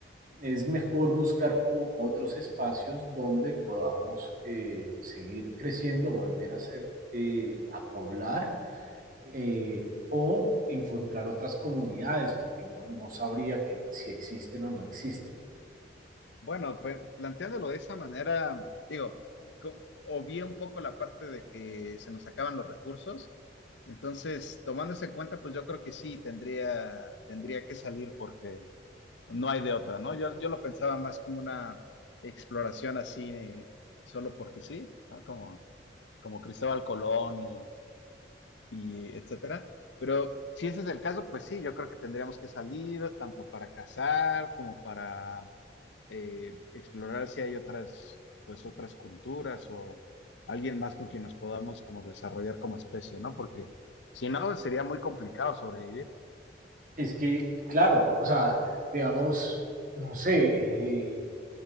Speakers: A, on the right; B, on the left.
A: es mejor buscar como otros espacios donde podamos eh, seguir creciendo, volver a ser, eh, a poblar eh, o encontrar otras comunidades, porque no, no, sabría que si existen o no existen.
B: Bueno, pe- planteándolo de esa manera, digo, co- obvié un poco la parte de que se nos acaban los recursos. Entonces, tomando eso en cuenta, pues yo creo que sí tendría, tendría que salir porque no hay de otra, ¿no? Yo, yo lo pensaba más como una exploración así, eh, solo porque sí, ¿no? Como, como Cristóbal Colón y, y etcétera. Pero si ese es el caso, pues sí, yo creo que tendríamos que salir tanto para cazar como para eh, explorar si hay otras, pues otras culturas o alguien más con quien nos podamos como desarrollar como especie, ¿no? Porque si no, sería muy complicado sobrevivir.
A: Es que, claro, por, o sea, digamos, no sé, eh,